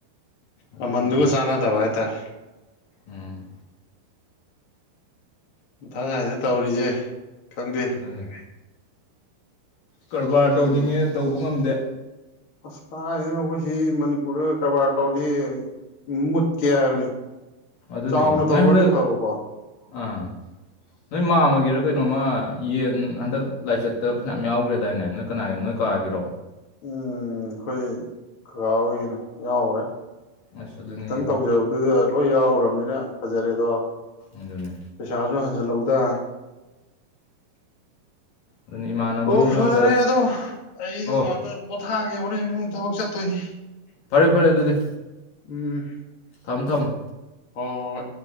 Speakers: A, on the left; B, on the left.
A: ꯑꯗꯨꯅꯤꯅꯦ
B: ꯃꯥꯃꯟꯗꯨꯒ ꯆꯥꯟꯅꯗꯕ ꯍꯥꯏꯇꯔꯦ
A: ꯎꯝ
B: ꯃꯊꯛ ꯀꯥꯏꯗ ꯇꯧꯔꯤꯁꯦ ꯈꯪꯗꯦ
A: ꯑꯗꯨꯅꯦ ꯀꯔꯕꯥꯔ ꯇꯧꯅꯤꯡꯉꯦ
B: ꯌꯨꯝ
A: ꯇꯧꯕ ꯉꯝꯗꯦ
B: ꯑꯁ ꯀꯗꯥꯏꯗꯩ ꯅꯣ ꯑꯩꯈꯣꯏꯁꯤ ꯃꯅꯤꯄꯨꯔꯗ ꯀꯔꯕꯥꯔ ꯇꯧꯔꯗꯤ ꯃꯨꯠꯀꯦ ꯍꯥꯏꯕꯅꯤ
A: ꯑꯗꯨꯅꯦ
B: ꯆꯥꯎꯅ
A: ꯅꯣꯏ
B: ꯇꯧꯒꯔ꯭ꯗꯤ
A: ꯍꯟꯗꯛ
B: ꯐꯕꯀꯣ
A: ꯑꯥ ꯅꯣꯏ ꯃꯥꯝꯃꯒꯤꯔ ꯀꯩꯅꯣꯝꯃ ꯌꯦꯟ ꯍꯟꯗꯛ ꯂꯥꯏꯆꯠꯇ ꯐꯅꯝ ꯌꯥꯎꯈ꯭ꯔꯦꯗꯥꯏꯅꯦ ꯅꯣꯏ ꯀꯅꯥꯒꯤꯅꯣ ꯅꯣꯏ ꯀꯥꯒꯤꯔꯣ
B: ꯎꯝ ꯑꯩꯈꯣꯏ ꯀꯀꯥ ꯑꯣꯏꯒꯤꯅꯦ ꯌꯥꯎꯈ꯭ꯔꯦ
A: ꯑꯁ ꯑꯗꯨꯅꯤꯅꯦ
B: ꯈꯤꯇꯪ ꯇꯧꯖꯕꯗꯨꯗ ꯂꯣꯏ ꯌꯥꯎꯒꯔ꯭ꯕꯅꯤꯅ ꯐꯖꯔꯦꯗꯣ
A: ꯑꯗꯨꯅꯤ
B: ꯄꯩꯁꯥꯁꯨ ꯍꯟꯖꯤꯜ ꯍꯧ ꯗ
A: ꯑꯗꯨꯅꯤ ꯏꯃꯥꯟꯅꯕ
B: ꯑꯣ
A: ꯑꯃꯁꯨ
B: ꯐꯔꯦꯗꯣ
A: ꯍꯟꯗꯛ
B: ꯑꯩꯗꯣ
A: ꯑꯣ
B: ꯉꯥꯛꯇ ꯄꯣꯊ ꯊꯥꯒꯦ ꯍꯣꯔꯦꯟꯁꯨ ꯑꯃꯨꯛ ꯊꯕꯛ ꯆꯠꯇꯨꯅꯤ
A: ꯐꯔꯦ ꯐꯔꯦ ꯑꯗꯨꯗꯤ
B: ꯎꯝ
A: ꯊꯝ ꯊꯝꯃꯣ
B: ꯍꯣꯏ ꯍꯣꯏ